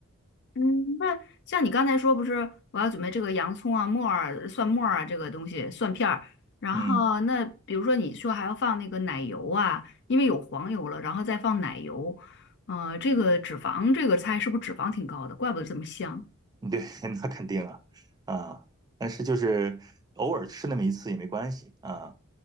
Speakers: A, on the left; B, on the right.
A: 嗯，那像你刚才说，不是我要准备这个洋葱啊、木耳、蒜末儿啊，这个东西蒜片儿。然后那比如说你说还要放那个奶油啊，
B: 嗯，
A: 因为有黄油了，然后再放奶油。呃，这个脂肪这个菜是不是脂肪挺高的？怪不得这么香
B: 对，<laughs> 那肯定啊，啊，但是就是偶尔吃那么一次也没关系啊。